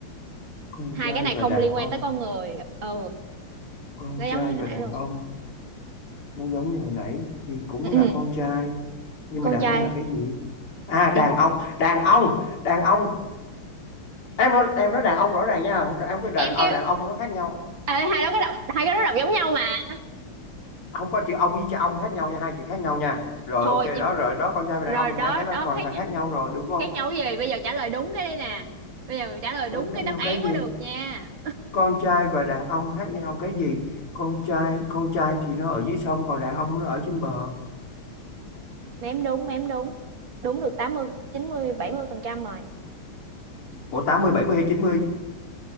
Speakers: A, on the left; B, on the right.
A: con
B: hai
A: trai
B: cái này
A: và
B: không
A: đàn
B: liên
A: ông
B: quan tới con người ừ
A: con
B: nó
A: trai
B: giống như hồi
A: và
B: nãy
A: đàn
B: luôn
A: ông nó giống như hồi nãy thì cũng
B: ừ,
A: là
B: ừ.
A: con trai nhưng
B: con
A: mà đàn
B: trai
A: ông là cái gì à đàn
B: đàn...
A: ông đàn ông đàn ông em nói, em nói đàn ông rõ ràng nha không em cứ đàn
B: em
A: ông
B: kêu
A: đàn ông nó khác nhau
B: Ê, hai đó cái đọc hai cái đó đọc giống nhau mà
A: không có chữ ông với chữ ông khác nhau nha hai chữ khác nhau nha rồi
B: thôi
A: ok
B: nhưng
A: đó rồi đó con trai và
B: rồi
A: đàn ông thì
B: đó
A: hai cái
B: đó
A: nó hoàn
B: khác
A: toàn
B: nha
A: khác nhau rồi đúng không
B: khác nhau cái gì bây giờ trả lời đúng cái đây nè bây giờ mình trả lời đúng
A: Đó, khác
B: cái đáp
A: nhau
B: án
A: cái gì
B: mới được nha
A: con trai và đàn ông khác nhau cái gì con trai con trai thì nó ở dưới sông còn đàn ông nó ở trên bờ
B: mém đúng mém đúng đúng được tám mươi chín mươi bảy mươi phần trăm rồi
A: ủa tám mươi bảy mươi hay chín mươi